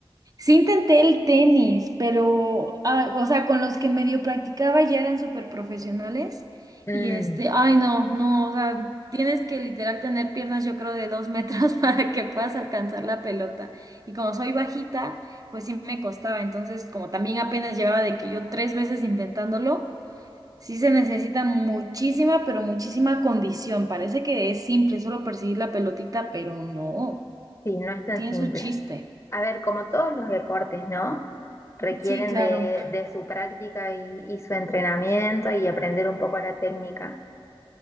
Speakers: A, on the right; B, on the left.
A: sí intenté el tenis, pero, ah, o sea, con los que medio practicaba ya eran súper profesionales
B: Mm,
A: y este, ay no, no, o sea, tienes que literal tener piernas yo creo de dos metros <laughs> para que puedas alcanzar la pelota. Y como soy bajita, pues sí me costaba, entonces como también apenas llevaba de que yo tres veces intentándolo, sí se necesita muchísima, pero muchísima condición. Parece que es simple, solo perseguir la pelotita, pero no,
B: sí, no es tan
A: tiene
B: simple.
A: su chiste.
B: A ver, como todos los deportes, ¿no? Requieren
A: Sí, claro.
B: de, de su práctica y, y su entrenamiento y aprender un poco la técnica.